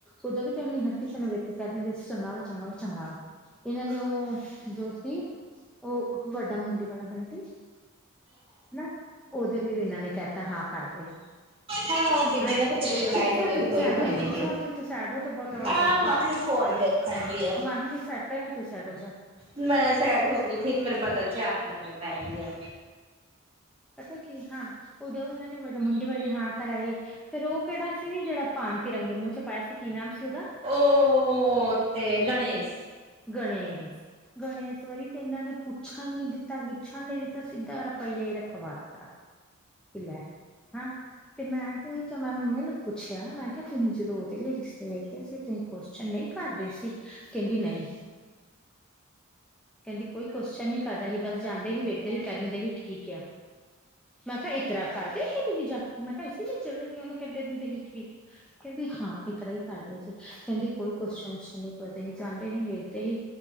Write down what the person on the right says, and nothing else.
ਹਾਂ ਬੀਬੀ
ਨੇ ਤਾਂ ਕਿਵੇਂ
ਲੜਾਈ ਲੜੋਈ
ਹੋਈ
ਮੰਮੀ
ਦੀ
ਆ
ਮਾਹੀ
ਫੋਨ ਵੇਖਣ ਦੀ
ਲੈ ਸੈਡ ਹੋ ਗਈ ਠੀਕ ਮੇਰੇ ਬਗਲ ਚ ਆਕੇ ਲੰਮੇ ਪੈਗੀ ਆ।
ਓ ਤੇ ਗਣੇਸ।